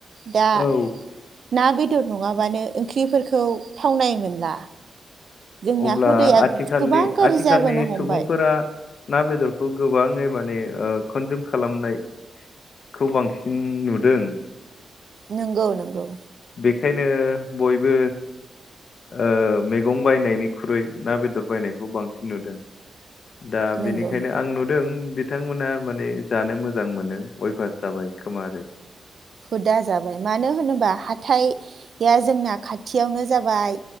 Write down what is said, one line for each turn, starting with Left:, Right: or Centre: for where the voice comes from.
Right: दा।
Left: औ
Right: ना बेदर नङा बानो ओंख्रिफोरखौ। थावनाय मोनला। जोंना
Left: अब्ला
Right: हुदाया
Left: आथिखालनि
Right: गोबां गाज्रि
Left: आथिखालनि
Right: जाबोनो हमबाय
Left: सुबुंफोरा ना बेदरखौ गोबाङै। माने ओ कनजुम खालामनायखौ बांसिन नुदों‌।
Right: नोंगौ नोंगौ।
Left: बेखायनो बयबो। ओ मैगं बायनायनिख्रुइ ना बेदर बायनायखौ बांसिन नुदों। दा
Right: नंगौ
Left: बेनिखायनो आं नुदों। बिथांमोनहा माने जानो मोजां मोनो अयभास जाबाय खोमा आरो।
Right: हुदा जाबाय मानो होनोबा हाथाइआ जोंना खाथियावनो जाबाय